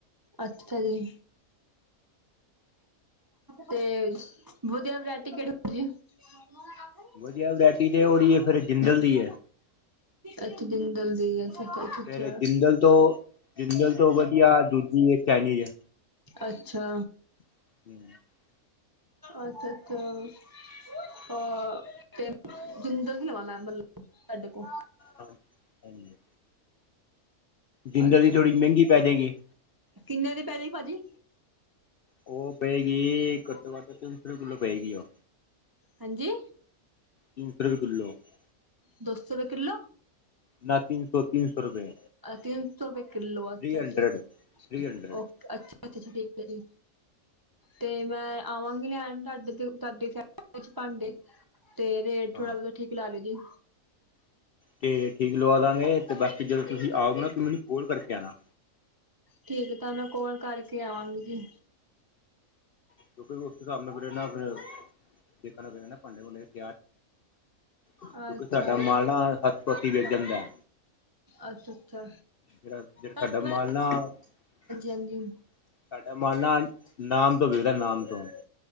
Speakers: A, on the right (about 25°); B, on the left (about 60°).
A: ਅੱਛਾ ਜੀ। ਤੇ ਵਧੀਆ ਵਰਾਇਟੀ ਕਿਹੜੀ ਹੁੰਦੀ। <unintelligible>
B: ਵਧੀਆ ਵਰੈਟੀ ਤੇ ਉਹਦੀ ਹੈ ਫੇਰ ਜਿੰਦਲ ਦੀ ਐ।
A: ਅੱਛਾ ਜਿੰਦਲ ਦੀ ਐ। ਅੱਛਾ ਅੱਛਾ,
B: ਫਿਰ ਜਿੰਦਲ ਤੋਂ ਜਿੰਦਲ ਤੋਂ ਵਧੀਆ ਦੂਜੀ ਹੈ ਚਾਈਨੀਜ਼
A: ਅੱਛਾ,
B: <unintelligible>
A: ਅੱਛਾ ਅੱਛਾ, ਅਹ ਤੇ ਜਿੰਦਲ ਦੀ ਲਵਾ ਮੈਂ ਮਲ ਸਾਡੇ ਕੋਲ,
B: ਹਾਂਜੀ ਜਿੰਦਲ
A: ਅੱਛਾ
B: ਦੀ ਥੋੜ੍ਹੀ ਮਹਿੰਗੀ ਪੈ ਜਾਏਗੀ
A: ਕਿੰਨੇ ਦੀ ਪੈਜੇਗੀ ਭਾਜੀ?
B: ਉਹ ਪਏਗੀ ਘੱਟੋ ਘੱਟ ਤਿੰਨ ਸੌ ਰੁਪਏ ਕਿੱਲੋ ਪਏਗੀ ਓ
A: ਹਾਂਜੀ,
B: ਤਿੰਨ ਸੌ ਰੁਪਏ ਕਿਲੋਂ <unintelligible>
A: ਦੋ ਸੋ ਰੁਪਏ ਕਿੱਲੋ।
B: ਨਾ ਤਿੰਨ ਸੌ ਤਿੰਨ ਸੌ ਰੁਪਏ
A: ਤੀਨ ਸੌ ਰੁਪਏ ਕਿਲੋ।
B: ਥ੍ਰੀ
A: ਅੱਛਾ ਅੱਛਾ
B: ਹੰਡਰਡ
A: ਅੱਛਾ
B: ਥ੍ਰੀ ਹੰਡਰਡ
A: ਅੱਛਾ, ਅੱਛਾ ਅੱਛਾ, ਠੀਕ ਐ ਜੀ ਤੇ ਮੈਂ ਆਵਾਂਗੀ ਲੈਣ <unintelligible> ਤੁਹਾਡੀ ਫ ਭਾਂਡੇ ਤੇ ਰੇਟ ਥੋੜਾ
B: ਹਾਂ
A: ਬਹੁਤਾ ਠੀਕ ਲਾ ਲਓ ਜੀ।
B: ਤੇ ਠੀਕ ਲਵਾਦਾਗੇ ਤੇ ਬਾਕੀ ਜਦੋਂ ਤੁਸੀਂ ਆਉ ਨਾ ਤੁਸੀ ਮੈਨੂੰ ਕੋਲ ਕਰਕੇ ਆਉਣਾ।
A: ਠੀਕ ਆ ਤਾਂ ਮੈਂ ਕੋਲ ਕਰਕੇ ਆਵਾਂਗੀ ਜੀ।
B: ਕਿਉਂਕਿ ਉਸ ਹਿਸਾਬ ਨਾਲ ਫਿਰ ਫਿਰ ਦੇਖਣਾ ਪੈਣਾ ਨਾ <unintelligible> ਕਿਉਂਕਿ
A: ਅੱਛਾ
B: ਸਾਡਾ ਮਾਲਾ ਹੱਥੋ ਹੱਥੀ ਵਿਕ ਜਾਂਦਾ।
A: ਅੱਛਾ ਅੱਛਾ,
B: ਜਿਹੜਾ ਜਿਹੜਾ
A: ਹਾਂਜੀ
B: ਸਾਡਾ ਮਾਲਾ ਸਾਡਾ
A: ਹਾਂਜੀ
B: ਮਾਲ ਨਾ ਨਾਮ ਤੋਂ ਵਿੱਕਦਾ ਨਾਮ ਤੋਂ।